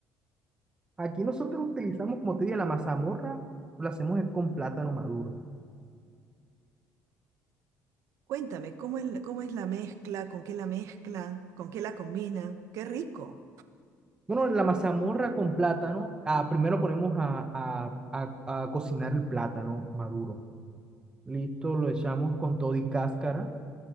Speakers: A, on the right; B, on the right.
A: Aquí nosotros utilizamos, como te dije, la mazamorra, lo hacemos es con plátano maduro.
B: Cuéntame, ¿cómo es, la- cómo es la mezcla? ¿Con qué la mezclan? ¿Con qué la combinan? Qué rico,
A: Bueno, la mazamorra con plátano, ah, primero ponemos a, a- a- a cocinar el plátano maduro. Listo, lo echamos con todo y cáscara.